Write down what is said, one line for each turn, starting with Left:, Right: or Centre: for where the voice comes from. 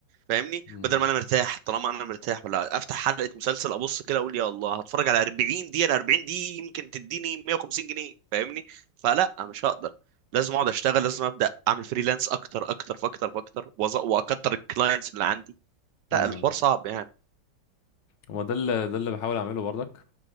Right: فاهمني
Left: امم
Right: بدل ما انا مرتاح طالما انا مرتاح ولا افتح حلقة مسلسل ابص كده اقول يا الله هتفرج على 40 دقيقة ال 40 دي يمكن تديني 150 جنيه فاهمني فلا مش هقدر لازم اقعد اشتغل لازم ابدا اعمل فريلانس اكتر اكتر فاكتر فاكتر وأز- واكتر الكلاينتس اللي عندي
Left: امم
Right: لا الحوار صعب يعني
Left: وما ده اللي ده اللي بحاول اعمله برضك